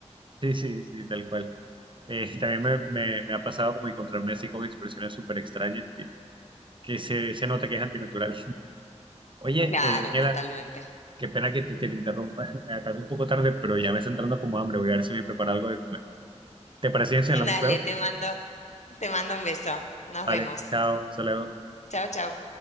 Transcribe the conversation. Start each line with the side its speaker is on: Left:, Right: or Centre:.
Right: sí, sí, sí, tal cual. Eh, <laughs> también me, me- me ha pasado como encontrarme así con expresiones súper extrañas que, que se, se nota que es antinatural. <laughs> Oye,
Left: Claro,
Right: eh, Daniela,
Left: totalmente.
Right: Qué pena que te, que te interrumpa. <laughs> Acá es un poco tarde, pero ya me está entrando como hambre. Voy a ver si me preparo algo de comer. ¿Te parece bien
Left: <laughs>
Right: si hablamos
Left: Dale,
Right: luego?
Left: te mando, te mando un beso. Nos
Right: Vale,
Left: vemos.
Right: chao, hasta luego.
Left: Chao, chao.